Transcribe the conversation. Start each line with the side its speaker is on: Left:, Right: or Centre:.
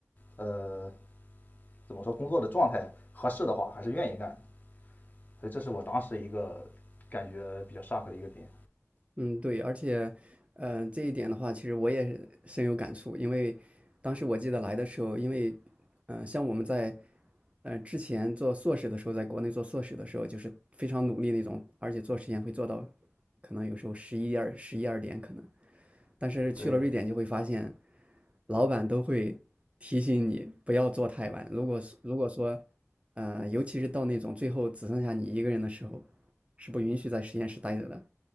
Left: 呃怎么说工作的状态合适的话，还是愿意干的。所以这是我当时一个感觉比较 shock 的一个点。
Right: 嗯，对，而且，嗯、这一点的话，其实我也是深有感触，因为当时我记得来的时候，因为，嗯、像我们在，呃，之前做硕士的时候，在国内做硕士的时候，就是非常努力那种，而且做实验会做到，可能有时候十一二、十一二点可能，但是去了瑞典就会发现，
Left: 对，
Right: 老板都会提醒你不要做太晚，如果是如果说，呃，尤其是到那种最后只剩下你一个人的时候，是不允许在实验室待着的，